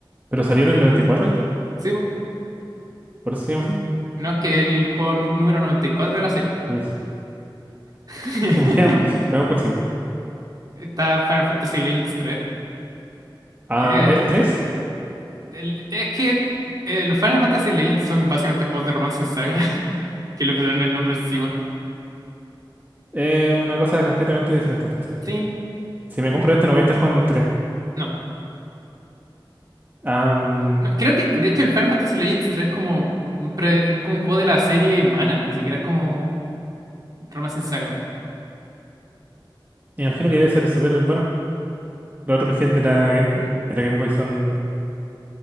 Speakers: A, on the right (about 20°); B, on the right (about 50°).
A: ¿Pero salió en el 94 esto?
B: sí, pues.
A: ¿Por eso se llama así?
B: No, es que es el juego nu- número 94 de la serie.
A: Entonces,
B: <laughs>
A: <laughs> Veamos, veamos cuál sigue.
B: Está Final Fantasy Legends 3.
A: Ah, el 3
B: El- es que eh, los Final Fantasy Legends son básicamente juegos de romance sin saga <laughs> que le pusieron el nombre encima.
A: es una cosa completamente diferente, entonces.
B: Sí,
A: Si me compro este, no voy a estar jugando el tres
B: no.
A: Am,
B: No, Creo que, de hecho, el Final Fantasy Legends 3 es como un, pre- es como un juego de la serie Mana, ni siquiera es como romance sin saga.
A: me imagino que debe ser súper bueno. Los RPGs de la Game,
B: Mm,
A: de la Game Boy son,